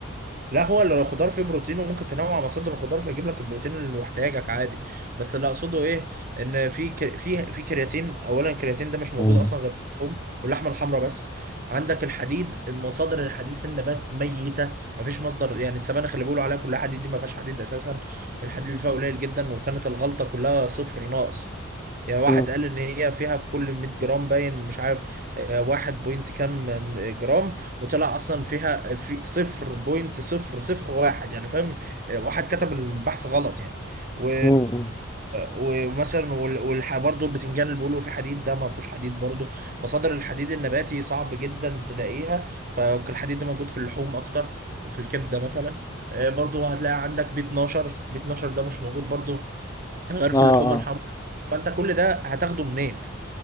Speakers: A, on the right; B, on the left.
A: لا هو اللي الخضار فيه بروتين وممكن تنوع مصادر الخضار فيجيب لك البروتين اللي محتاجك عادي بس اللي اقصده ايه ان في ك- في في كرياتين اولا الكرياتين ده مش موجود
B: مم.
A: اصلا غير في اللحوم واللحمه الحمراء بس عندك الحديد مصادر الحديد في النبات ميته مفيش مصدر يعني السبانخ اللي بيقولوا عليها كلها حديد دي ما فيهاش حديد اساسا الحديد اللي فيها قليل جدا وكانت الغلطه كلها صفر ناقص يعني واحد
B: مم.
A: قال ان هي فيها في كل 100 جرام باين مش عارف آه، واحد بوينت كام آم، جرام وطلع اصلا فيها في صفر بوينت صفر صفر واحد يعني فاهم واحد كتب البحث غلط يعني و...
B: مم.
A: ومثلا وال... والح... برضه البتنجان اللي بيقولوا فيه حديد ده ما فيهوش حديد برضه مصادر الحديد النباتي صعب جدا تلاقيها فالحديد ده موجود في اللحوم اكتر في الكبده مثلا آه، برضه هتلاقي عندك بي 12 بي 12 ده مش موجود برضه غير
B: اه
A: في اللحوم
B: اه
A: الحمراء فانت كل ده هتاخده منين